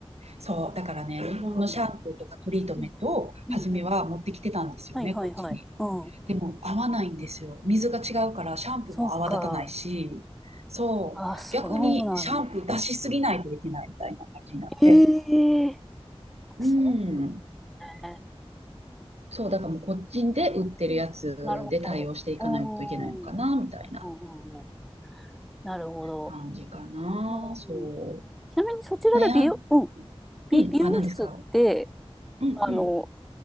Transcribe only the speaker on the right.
そう。だからね、日本のシャンプーとかトリートメントを初めは持ってきてたんですよね、
こっちに。
でも合わないんですよ。水が違うからシャンプーも泡立たないし、
そう、
逆にシャンプー出しすぎないといけないみたいな感じになって。
うん。
そう、だからもうこっちで売ってるやつで対応していかないといけないのかな、
みたいな
感じかな。
そう。
あと悩ん、
うん、
あ、何ですかうんうん。